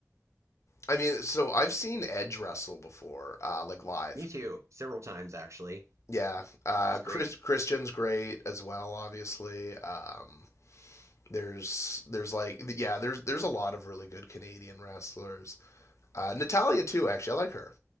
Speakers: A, on the left; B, on the right.
A: I mean, so I've seen Edge wrestle before, uh, like live.
B: Me too, several times actually.
A: Yeah, uh,
B: He's
A: Chris,
B: great.
A: Christian's great as well, obviously. Um, There's there's like yeah there's there's a lot of really good Canadian wrestlers. Uh, Natalia too actually I like her.